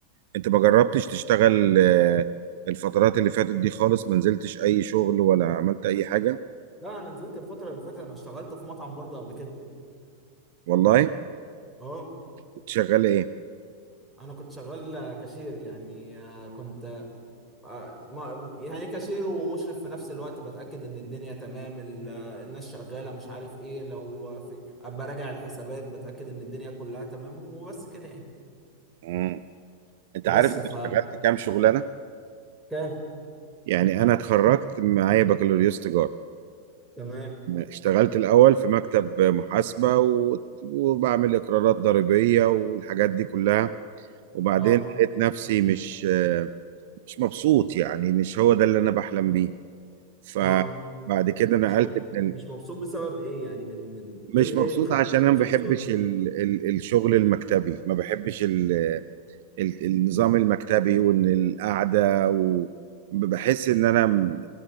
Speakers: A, on the right (about 50°); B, in the centre.
A: أنت ما جربتش تشتغل آه، الفترات اللي فاتت دي خالص ما نزلتش أي شغل ولا عملت أي حاجة
B: لا انا نزلت الفتره اللي فاتت انا اشتغلت في مطعم برضه قبل كده
A: والله
B: اه
A: كنت شغال إيه؟
B: انا كنت شغال كاشير يعني آه، كنت آه، ما يعني كاشير ومشرف في نفس الوقت بتأكد ان الدنيا تمام ال- آه، الناس شغالة مش عارف ايه لو في ابقى راجع الحسابات بتأكد ان الدنيا كلها تمام وبس كده يعني
A: مم. أنت
B: بس
A: عارف أنا
B: ف
A: اشتغلت كام شغلانة؟
B: كام
A: يعني أنا اتخرجت معايا بكالوريوس تجارة
B: تمام
A: اشتغلت الأول في مكتب محاسبة و- وبعمل إقرارات ضريبية والحاجات دي كلها وبعدين
B: اه
A: لقيت نفسي مش مش مبسوط يعني مش هو ده اللي أنا بحلم بيه فبعد
B: اه
A: كده نقلت
B: مش مب...
A: من ال...
B: مش مبسوط بسبب ايه يعني من من
A: مش
B: ايه ال- إيه
A: مبسوط
B: اللي مخليك
A: عشان
B: مش مبسوط
A: أنا ما بحبش
B: في الشغل دي
A: ال... ال... الشغل المكتبي ما بحبش ال... ال... النظام المكتبي وإن القعدة وبحس إن أنا م-